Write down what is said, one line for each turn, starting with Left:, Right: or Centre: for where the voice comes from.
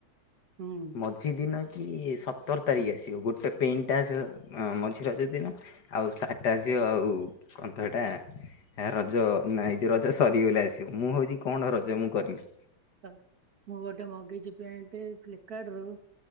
Right: ହୁଁ।
Left: ମଝି ଦିନ କି ସତର ତାରିଖ ଆସିବ ଗୋଟେ ପେନ୍ଟା ଆସିବ ମଝି ରଜ ଦିନ। ଆଉ ସାର୍ଟଟା ଆସିବ ଆଉ କନ୍ତ ହେଟ୍ଟା। ହେ ରଜ ନାଇଁ ଯେ ରଜ ସରିଗଲେ ଆସିବ ମୁଁ ହଉଛି କଣ ରଜ ମୁଁ କରମି।
Right: ହ ମୁଁ ଗୋଟେ ମଗିଚି ପ୍ୟାଣ୍ଟ ଫ୍ଲିପକାର୍ଟ ରୁ